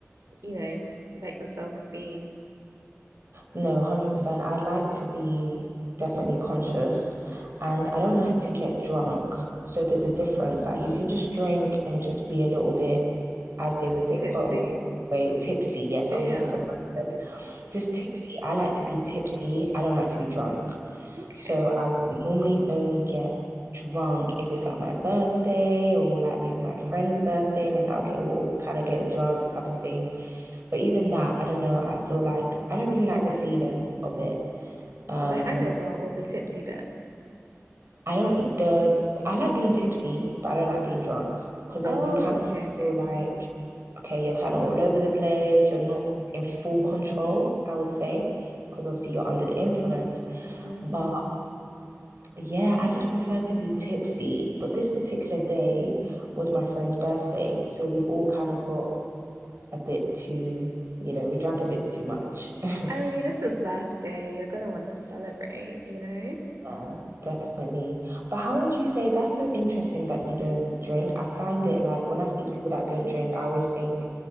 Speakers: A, on the right; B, on the right.
A: you know, let yourself be?
B: No, 100%. I like to be definitely conscious and I don't like to get drunk. So there's a difference. Like you can just drink and just be a little bit, as they would say,
A: Tipsy.
B: quote unquote, way tipsy. Yes,
A: Yeah.
B: I was looking for the right word. Just tipsy. I like to be tipsy. I don't like to be drunk.
A: Okay.
B: So I would normally only get drunk if it's like my birthday or like maybe my friend's birthday and it's like okay we're all kind of getting drunk type of thing but even that I don't know I feel like I don't really like the feeling of it um
A: Or the hangover or the tipsy bit.
B: I don't the I like being tipsy but I don't like being drunk because then
A: Oh,
B: you kind
A: okay,
B: of
A: okay.
B: feel like okay you're kind of all over the place you're not in full control I would say because obviously you're under the influence
A: Mm.
B: but Yeah, I just prefer to be tipsy. But this particular day was my friend's birthday. So we all kind of got a bit too, you know, we drank a bit too much. <laughs>
A: I mean, it's a birthday. You're gonna want to celebrate, you know?
B: Yeah, definitely. But how would you say that's so interesting that you don't drink? I find it like when I speak to people that don't drink, I always think,